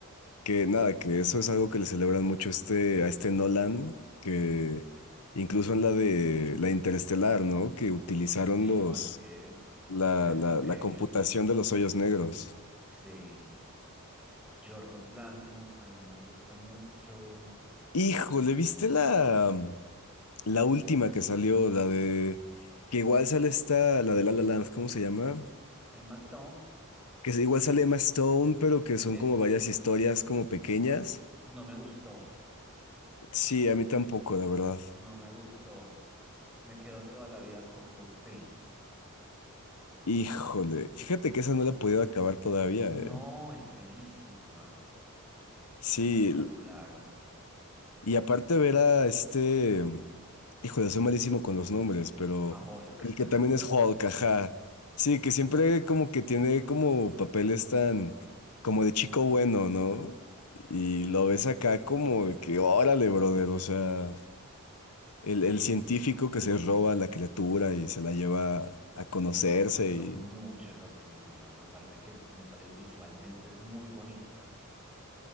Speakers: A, on the left; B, in the centre.
A: Que nada, que eso es algo que le celebran mucho este, a este Nolan, que incluso en la de la Interestelar, ¿no? Que utilizaron
B: Sí,
A: los,
B: no, es que,
A: la,
B: o sea, es
A: la,
B: increíble.
A: la computación de los hoyos negros.
B: Sí. Yorgos Lántimos también me gusta mucho.
A: Híjole, ¿viste la, la última que salió? La de, que igual sale esta, la de La La Land, ¿cómo se llama?
B: Emma Stone
A: Que igual sale Emma Stone, pero que son
B: es,
A: como varias historias como pequeñas.
B: no me gustó,
A: Sí, a mí tampoco, la verdad.
B: no me gustó. Me quedo toda la vida con Poor Things.
A: Híjole, fíjate que esa no la he podido acabar todavía,
B: No,
A: ¿eh?
B: es buenísima.
A: Sí,
B: Es espectacular.
A: Y aparte ver a este, mm, híjole, soy malísimo con los nombres, pero
B: A Hulk.
A: el
B: <laughs>
A: que también es Hulk, ajá. Sí, que siempre como que tiene como papeles tan como de chico bueno, ¿no? Y lo ves acá como de que órale, brother, o sea, el,
B: Sí,
A: el científico que se roba a la criatura y se la lleva a conocerse
B: a mí me gustó
A: y
B: mucho esa película. Aparte que me pare- visualmente es muy bonita.